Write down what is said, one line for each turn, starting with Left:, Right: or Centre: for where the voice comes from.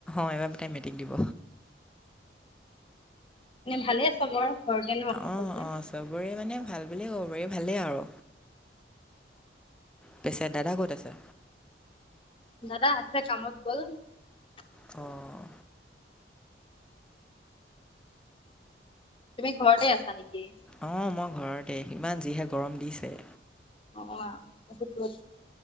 Centre: অ', এইবাৰ তাই মেট্ৰিক দিব।
Left: এনে ভালে চাগৈ? <unintelligible> সকলোেৰে?
Centre: অঁ অঁ চবৰে মানে ভাল বুলিয়ে ক'ব পাৰি ভালেই আৰু পিছে দাদা ক'ত আছে?
Left: দাদা আছে, কামত গ'ল।
Centre: অ'
Left: তুমি ঘৰতে আছা নেকি?
Centre: অ', মই ঘৰতে, ইমান যিহে গৰম দিছে!
Left: নক'বা আও, বহুত ৰ'দ!